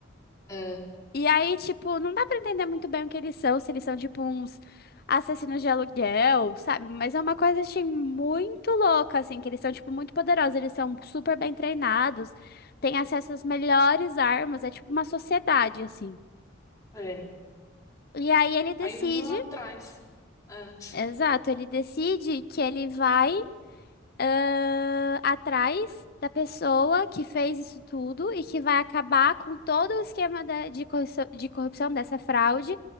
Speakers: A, on the left; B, on the left.
A: É,
B: E aí, tipo, não dá pra entender muito bem o que eles são, se eles são, tipo, uns assassinos de aluguel, sabe? Mas é uma coisa, assim, muito louca, assim, que eles são, tipo, muito poderosos, eles são super bem treinados, têm acesso às melhores armas, é tipo uma sociedade, assim.
A: é.
B: E aí ele decide,
A: Aí eles vão atrás. É.
B: exato, ele decide que ele vai ah, atrás da pessoa que fez isso tudo e que vai acabar com todo o esquema da- de corrupção, de corrupção dessa fraude,